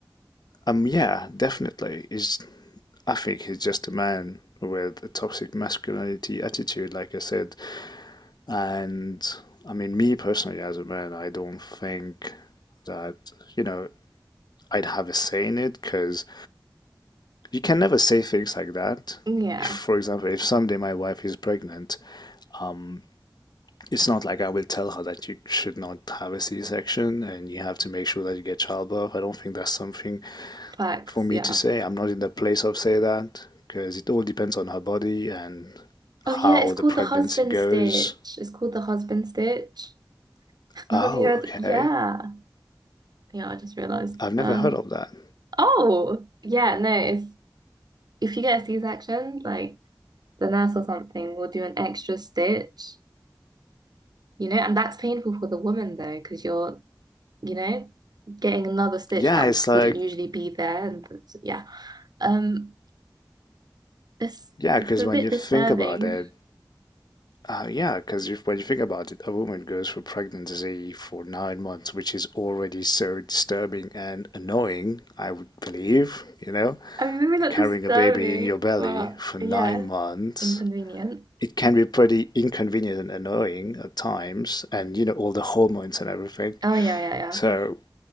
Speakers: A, on the left; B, on the right.
A: um, yeah, definitely. It's I think he's just a man with a toxic masculinity attitude, like I said. And I mean, me personally, as a man, I don't think that, you know, I'd have a say in it because you can never say things like that.
B: Yeah,
A: If, for example, if someday my wife is pregnant, um, it's not like I will tell her that you should not have a C-section and you have to make sure that you get childbirth. I don't think that's something
B: facts,
A: for me
B: yeah.
A: to say. I'm not in the place of say that because it all depends on her body and
B: Oh
A: how
B: yeah, it's called
A: the pregnancy
B: the husband
A: goes.
B: stitch. It's called the husband stitch. <laughs>
A: Oh,
B: Have you heard?
A: okay.
B: Yeah. Yeah, I just realized.
A: I've never
B: Um,
A: heard of that.
B: oh, yeah, no, it's if you get a C-section, like the nurse or something will do an extra stitch, you know, and that's painful for the woman though, because you're, you know, getting another stitch
A: Yeah,
B: that
A: it's like
B: wouldn't usually be there. And yeah. Um, It's
A: yeah,
B: it's
A: because
B: a
A: when
B: bit
A: you
B: disturbing.
A: think about it, uh, yeah, because when you think about it, a woman goes through pregnancy for nine months, which is already so disturbing and annoying, I would believe, you know,
B: I mean, maybe not
A: carrying
B: disturbing,
A: a baby in your belly
B: but
A: for nine
B: yeah,
A: months
B: inconvenient.
A: it can be pretty inconvenient and annoying at times, and you know, all the hormones and everything.
B: Oh yeah, yeah, yeah.
A: So,